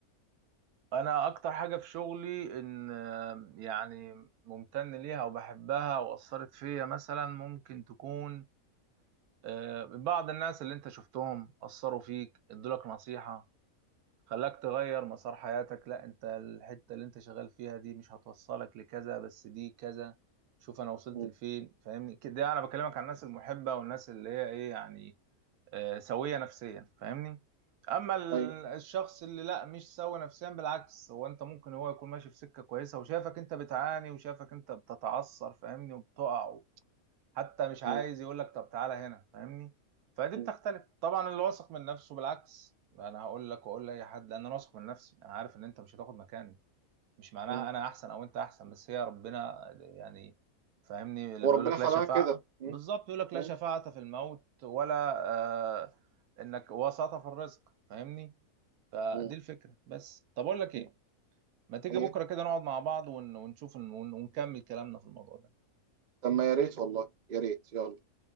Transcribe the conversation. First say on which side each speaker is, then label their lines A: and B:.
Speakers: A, on the right; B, on the right.
A: انا اكتر حاجة في شغلي ان آه، يعني ممتن ليها وبحبها واثرت فيا مثلا ممكن تكون آه، بعض الناس اللي انت شفتهم اثروا فيك ادولك نصيحة خلاك تغير مسار حياتك لا انت الحتة اللي انت شغال فيها دي مش هتوصلك لكذا بس دي كذا شوف انا وصلت
B: مم.
A: لفين فاهمني كده انا بكلمك عن الناس المحبة والناس اللي هي ايه يعني آه، سوية نفسيا فاهمني اما ال-
B: ايوه
A: الشخص اللي لا مش سوي نفسيا بالعكس هو انت ممكن هو يكون ماشي في سكة كويسة وشافك انت بتعاني وشافك انت بتتعثر فاهمني وبتقع حتى مش عايز
B: مم.
A: يقول لك طب تعالى هنا فاهمني فدي
B: مم.
A: بتختلف طبعا اللي واثق من نفسه بالعكس انا هقول لك واقول لاي حد ان انا واثق من نفسي انا عارف ان انت مش هتاخد مكاني مش معناها
B: مم.
A: انا احسن او انت احسن بس هي ربنا يعني فاهمني اللي
B: وربنا
A: بيقول لك
B: خلقها
A: لا شفاعة
B: كده مم.
A: بالظبط يقول لك لا
B: مم.
A: شفاعة في الموت ولا آه انك وساطة في الرزق فاهمني فدي
B: مم.
A: الفكرة بس طب اقول لك
B: مم.
A: ايه ما تيجي
B: ايه
A: بكرة كده نقعد مع بعض ون- ونشوف ون- ونكمل كلامنا في الموضوع ده
B: طب ما يا ريت والله يا ريت يلا